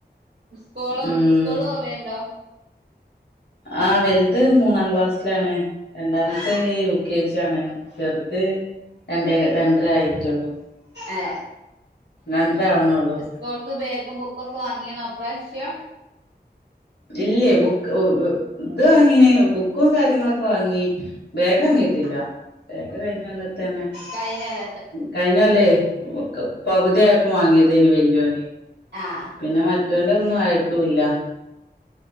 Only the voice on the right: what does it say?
സ്കൂളൊ
സ്കൂള് പോവേണ്ടോ?
ആ
ഏ
ഇപ്പോൾക്ക് ബേഗും ബുക്കൊക്കെ വാങ്ങിണോ ഇപ്രവിശ്യം.
കയ്ഞ്ഞല്ല
ആഹ്